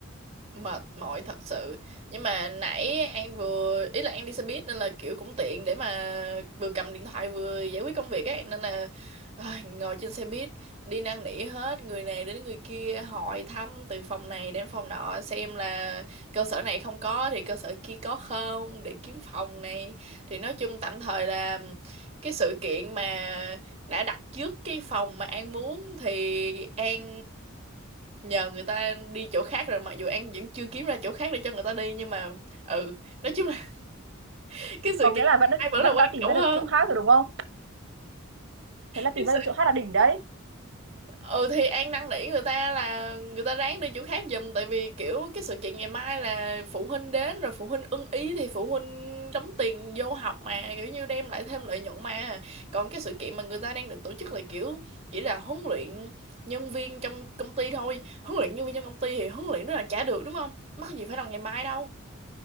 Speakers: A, on the right (about 30°); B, on the right (about 60°).
A: mệt mỏi thật sự nhưng mà nãy An vừa ý là An đi xe buýt nên là kiểu cũng tiện để mà vừa cầm điện thoại vừa giải quyết công việc ấy nên là ai, ngồi trên xe buýt đi năn nỉ hết người này đến người kia hỏi thăm từ phòng này đến phòng nọ xem là cơ sở này không có thì cơ sở kia có không để kiếm phòng này thì nói chung tạm thời là cái sự kiện mà đã đặt trước cái phòng mà An muốn thì An nhờ người ta đi chỗ khác rồi mặc dù An vẫn chưa kiếm ra chỗ khác để cho người ta đi nhưng mà ừ nói chung là <laughs> cái sự
B: có nghĩa
A: kiện
B: là vẫn
A: ai vẫn
B: vẫn
A: là quan
B: đã tìm
A: trọng
B: ra
A: hơn
B: được chỗ khác rồi đúng không thế là tìm
A: cái sự
B: ra được chỗ khác là đỉnh đấy
A: ừ thì An năn nỉ người ta là người ta ráng đi chỗ khác giùm tại vì kiểu cái sự kiện ngày mai là phụ huynh đến rồi phụ huynh ưng ý thì phụ huynh đóng tiền vô học mà kiểu như đem lại thêm lợi nhuận mà còn cái sự kiện mà người ta đang định tổ chức là kiểu chỉ là huấn luyện nhân viên trong công ty thôi huấn luyện nhân viên trong công ty thì huấn luyện rất là trả được đúng không mắc gì phải làm ngày mai đâu